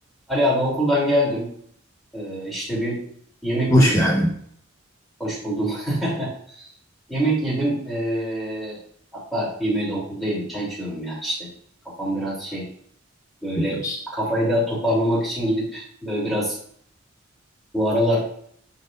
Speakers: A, in the centre; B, on the left.
A: Ali abi okuldan geldim. Ee, işte bir yemek
B: Hoş
A: yedim.
B: geldin
A: Hoş buldum. <laughs> Yemek yedim. Ee, hatta yemeği de okulda yedim. Çay içiyorum ya işte. Kafam biraz şey böyle
B: Firdevs.
A: kafayı da toparlamak için gidip böyle biraz bu aralar